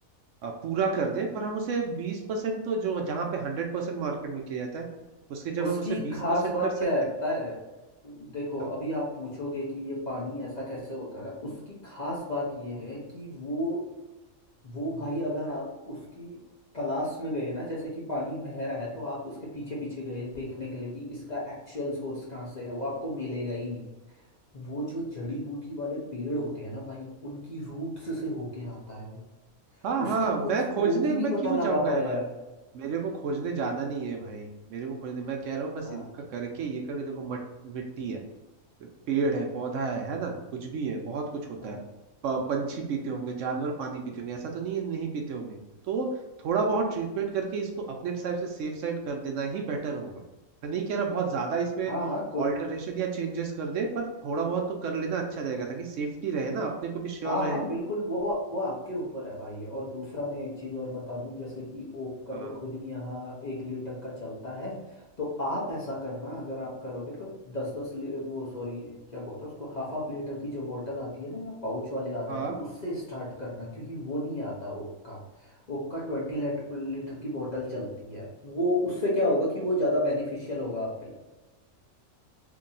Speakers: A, on the right (about 70°); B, on the left (about 40°).
A: अ, पूरा कर दे पर हम उसे बीस परसेंट तो जो जहाँ पे हंड्रेड परसेंट मार्केट में किया जाता है उसकी जगह
B: उसकी
A: हम उसे बीस
B: खास
A: परसेंट
B: बात
A: कर सकते
B: क्या है
A: हैं
B: पता है देखो
A: बताओ
B: अभी आप पूछोगे कि ये पानी ऐसा कैसे होता है उसकी खास बात ये है कि वो वो भाई अगर आप उसकी तलाश में गए ना जैसे कि पानी बह रहा है तो आप उसके पीछे पीछे गए देखने के लिए कि इसका एक्चुअल सोर्स कहाँ से है वो आपको मिलेगा ही नहीं वो जो जड़ी बूटी वाले पेड़ होते हैं ना भाई उनकी रूट्स से होके आता है वो
A: हाँ
B: उसका
A: हाँ मैं
B: कोई स्रोत
A: खोजने
B: ही नहीं
A: मैं
B: पता
A: क्यों
B: लगा
A: जाऊंगा
B: पाया
A: यार
B: है
A: मेरे को खोजने जाना नहीं है भाई मेरे को खोजने मैं कह रहा हूँ बस
B: हाँ
A: इनका करके ये करके देखो मट, मिट्टी है पेड़ है पौधा है है ना कुछ भी है बहुत कुछ होता
B: हाँ
A: है प- पंछी पीते होंगे जानवर पानी पीते होंगे ऐसा तो नहीं है नहीं पीते होंगे तो थोड़ा बहुत ट्रीटमेंट करके इसको अपने साइड से सेफ साइड कर देना ही बेटर होगा मैं नहीं कह रहा बहुत ज्यादा इसमें
B: हाँ हाँ, कोई
A: ऑल्टरेशन या चेंजेस कर दे पर थोड़ा बहुत तो कर लेना अच्छा रहेगा ताकि सेफ्टी रहे ना अपने को भी श्योर
B: हाँ
A: रहे
B: हाँ बिल्कुल वो वो आपके ऊपर है भाई और दूसरा मैं एक चीज़ और बता दूं जैसे कि ओक का
A: हाँ
B: तो खुद ही यहाँ एक लीटर का चलता है तो आप ऐसा करना अगर आप करोगे तो दस दस वो सॉरी क्या बोलते हैं उसको हाफ हाफ लीटर की जो बोतल आती है ना या पाउच वाले आते
A: हाँ
B: हैं तो उससे स्टार्ट करना क्योंकि वो नहीं आता ओक का ओक का ट्वेंटी लीटर की बोतल चलती है वो उससे क्या होगा कि वो ज़्यादा बेनिफिशियल होगा आपके लिए